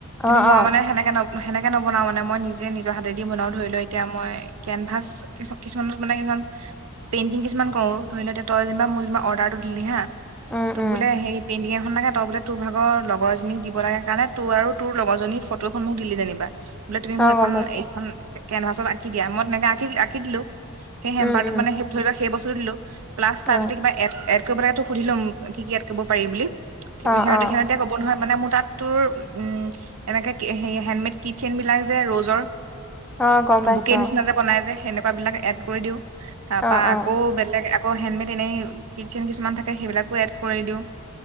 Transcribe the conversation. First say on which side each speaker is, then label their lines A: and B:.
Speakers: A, on the right (about 80°); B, in the centre.
A: কিন্তু
B: অ
A: মই
B: অ
A: মানে সেনেকে ন সেনেকে নবনাও মানে, মই নিজে নিজৰ হাতেদি বনাও। ধৰি ল, এতিয়া মই কেনভাচ কিছুমানত মানে কিছুমান পেইণ্টিং কিছুমান কৰো ধৰি লও তই যেনিবা মোৰ অৰ্ডাৰটো দিলি হা
B: উম
A: তোক
B: উম
A: বোলে সেই পেণ <unintelligible> লাগে তই বোলে তোৰ ভাগৰ লগৰ এজনীক দিব লাগে কাৰণে তোৰ আৰু তোৰ লগৰজনীৰ ফটোখন মোক দিলি যেনিবা। বোলে তুমি মোক
B: অ
A: এখন
B: গম পাইছো
A: এইখন কেনভাছত আঁকি দিয়া, মই তেনেকে আঁ-আঁকি দিলো। সেই
B: উম উম অ
A: <inaudible> কৰিব লাগো সুধি লম কি ইাত ক কৰিব পিম বুলি সিহঁতে
B: অ অ
A: সিহঁততি কব নহয়। মানে মোৰ তাত তোৰ উ এনেকে হেডমেড কিটচেন বিলাক যে ৰজৰ
B: অ গম পাইছো
A: বকে নিচিনা যে বনাই যে সেনেকুৱা বিলাক এড কৰি দিও তাৰ পৰা
B: অ
A: আকৌ
B: অ
A: বেলেগ আকৌ হেণ্ডমেড এনেই কিটচেন কিছুমান থাকে সেইবিলাকো এড কৰি দিওঁ